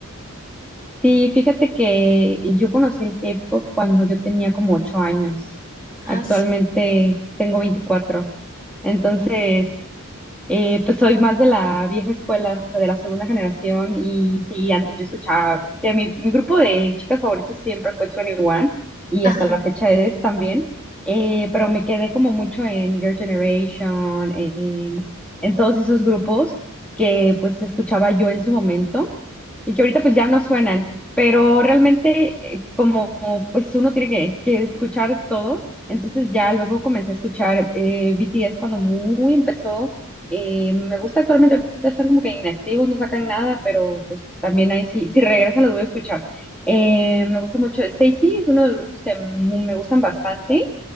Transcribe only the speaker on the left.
Ah, sí.
Ah,